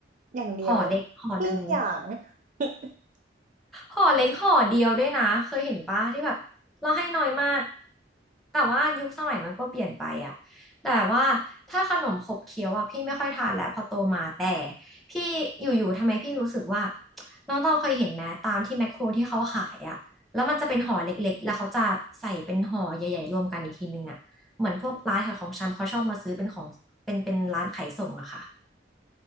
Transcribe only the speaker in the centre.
ห่อเด็กห่อหนึ่ง
ห่อเล็กห่อเดียวด้วยนะเคยเห็นปะที่แบบเราให้น้อยมากแต่ว่ายุคสมัยมันก็เปลี่ยนไปอะแต่ว่าถ้าขนมขบเคี้ยวอะพี่ไม่ค่อยทานแล้วพอโตมาแต่พี่อยู่ๆทำไมพี่รู้สึกว่าน้องตองเคยเห็นไหมตามที่แมคโครที่เขาขายอะแล้วมันจะเป็นห่อเล็กๆแล้วเขาจะใส่เป็นห่อใหญ่ๆรวมกันอีกทีนึงอะเหมือนพวกร้านขายของชำเขาชอบมาซื้อเป็นของเป็นเป็นร้านขายส่งอะค่ะ